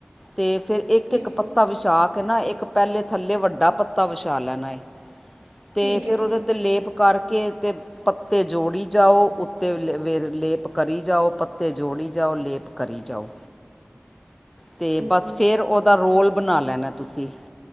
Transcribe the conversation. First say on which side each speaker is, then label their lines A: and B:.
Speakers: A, in the centre; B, on the right.
A: ਤੇ ਫਿਰ ਇੱਕ-ਇੱਕ
B: ਠੀਕ
A: ਪੱਤਾ
B: ਹੈ
A: ਵਿਛਾ ਕ ਕੇ ਨਾ ਇੱਕ ਪੈਲੇੇ ਥੱਲੇ ਵੱਡਾ ਪੱਤਾ ਵਛਾ ਲੈਣਾ ਏ। ਤੇ
B: ਠੀਕ
A: ਫੇਰ
B: ਹੈ ਠੀਕ
A: ਉਦੇ
B: ਹੈ
A: ਤੇ ਲੇਪ ਕਰਕੇ- ਕੀ ਤੇ ਪੱਤੇ ਜੋੜੀ ਜਾਓ ਉੱਤੇ ਵੇਰ ਲੇਪ ਕਰੀ ਜਾਓ। ਪੱਤੇ ਜੋੜੀ ਜਾਓ- ਲੇਪ ਕਰੀ ਜਾਓ। ਤੇ
B: ਠੀਕ
A: ਬਸ
B: ਹੈ
A: ਫੇਰ ਉਦਾ ਰੋਲ ਬਣਾ ਲੈਣਾ। ਤੁਸੀ